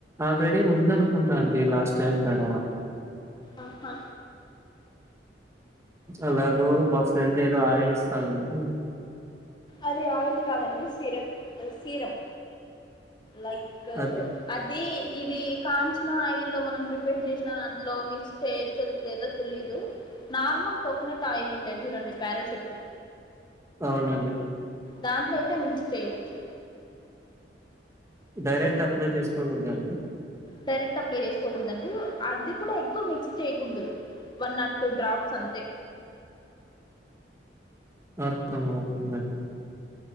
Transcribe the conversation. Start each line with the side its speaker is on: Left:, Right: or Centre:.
Right: ఆల్రెడీ ఉంద అనుకుంటా అండి లాస్ట్ టైం కడ
Left: అహా హా
Right: అలాగో మా ఫ్రెండ్ ఏదో ఆయిల్ ఇస్తాండి
Left: అది ఆయిల్ కాదండి సిరప్ సీరమ్ లైక్
Right: అది
Left: అది ఇది కాంచిన ఆయిల్ల్లో మనం ప్రిపేర్ చేసిన దాంట్లో మిక్స్ చే చేయాచో లేదో తెలీదు నార్మల్ కోకోనట్ ఆయిల్ ఉంటాయి చూడండి పారాషూట్
Right: అవునండి
Left: దాంట్లో అయితే మిక్స్ చేయొచ్చు
Right: డైరెక్ట్ అప్లై చేసుకోకూడదా అండి
Left: డైరెక్ట్ అప్లై చేసుకోకూడదండి అది కూడా ఎక్కువ మిక్స్ చేయకూడదు one or not two drops అంతే
Right: అర్థమావుతుందండి